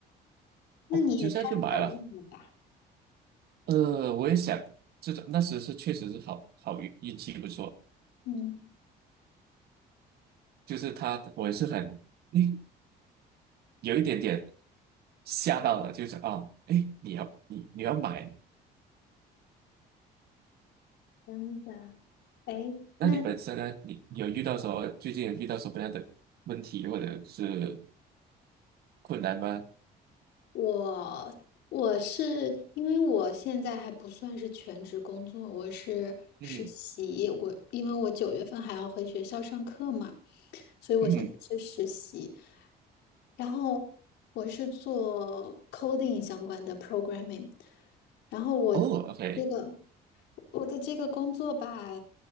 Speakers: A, on the left (about 80°); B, on the right (about 70°).
A: 那你也太好运了吧？
B: 哦，就这样就买了。呃，我也想这种那时是确实是好好运运气不错，
A: 嗯，
B: 就是他我也是很，诶，有一点点吓到了，就是啊，哎，你要你你要买，
A: 真的。哎，
B: 那你本身呢，
A: 那
B: 你有遇到什么最近有遇到什么样的问题或者是困难吗？
A: 我我是因为我现在还不算是全职工作，我是实习，
B: 嗯
A: 我因为我九月份还要回学校上课嘛。所以我现在是实习，
B: 嗯，
A: 然后我是做 coding 相关的 programming，然后我
B: 哦，OK，
A: 这个我的这个工作吧，